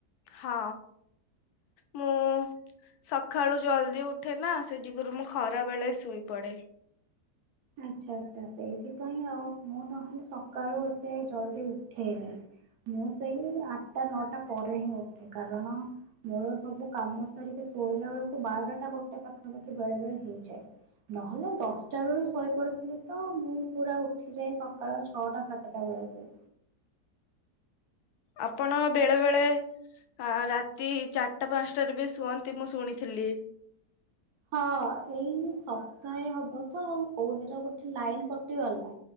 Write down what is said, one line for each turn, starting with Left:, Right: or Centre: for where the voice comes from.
Left: ହଁ ମୁଁ ସଖାଳୁ ଜଲଦି ଉଠେ ନା, ସେଇ ଯୁଗୁରୁ ମୁଁ ଖରା ବେଳେ ଶୁଇପଡେ।
Right: ଆଚ୍ଛା ଆଚ୍ଛା ସେଇଥିପାଇଁ ଆଉ ମୁଁ ନହେଲେ ସକାଳୁ ଏତେ ଜଲଦି ଉଠେନି, ମୁଁ ସେଇ ଆଟା ନଅଟା ପରେ ହିଁ ଉଠେ କାରଣ ମୋର ସବୁ କାମ ସାରିକି ଶୋଇଲା ବେଳକୁ ବାରଟା ଗୋଟେ ପାଖାପାଖି ବେଳେ ବେଳେ ହେଇଯାଏ, ନହେଲେ ଦଶଟା ବେଳୁ ଶୋଇ ପଡୁଥିଲି ତ ମୁଁ ପୁରା ଉଠିଯାଏ ସକାଳ ଛଅଟା ସାତଟା ବେଳକୁ।
Left: ଆପଣ ବେଳେ ବେଳେ ଆ, ରାତି ଚାରଟା ପାନ୍ସଟାରେ ବି ଶୁଅନ୍ତି ମୁଁ ଶୁଣିଥିଲି।
Right: ହଁ ଏଇ ସପ୍ତାହେ ହବ ତ ଆଉ କୋଉଦିନ ଗୋଟେ ଲାଇନ୍ କଟିଗଲା,